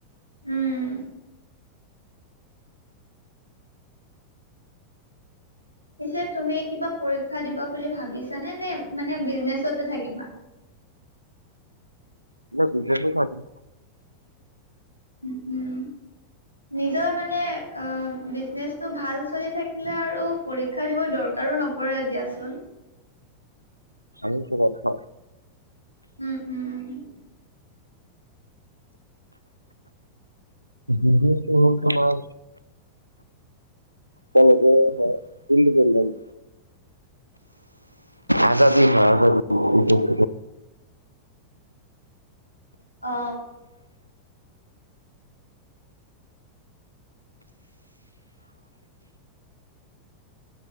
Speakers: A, on the left; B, on the right.
A: উম, পিছে তুমি কিবা পৰীক্ষা দিবা বুলি ভাবিছানে নে মানে বিজনেচতে থাকিবা?
B: <unintelligible> বিজনেচে থাকিম।
A: উ, উম। নিজৰ মানে অ, বিজনেচটো ভাল চলি থাকিলে আৰু পৰীক্ষা দিব দৰকাৰো নপৰে দিয়াচোন।
B: আৰু কিবা খাওঁ।
A: উম উম উম উ
B: বিজনেছটো হ'ল তোমাৰ তক ইণ্ডিপেণ্ডেণ্ট আজাদী হয় আজাদী
A: অ